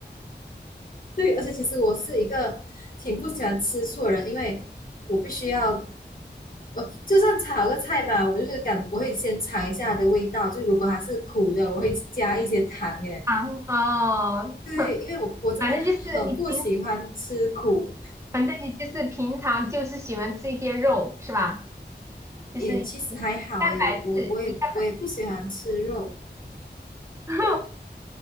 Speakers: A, on the left; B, on the right.
A: 对，而且其实我是一个挺不喜欢吃素的人，因为我必须要，呃，就算炒个菜嘛，我就是感我会先尝一下它的味道，就如果它是苦的，我会加一些糖。耶。
B: 啊，哦，
A: 对，
B: <laughs>
A: 因为我我真的很不喜欢吃苦，
B: 反正就是你平反正你就是平常就是喜欢吃一些肉是吧？就是
A: 也其实还好耶，
B: 蛋白质，
A: 我我我也我也不喜欢吃肉，
B: 一蛋白，<laughs>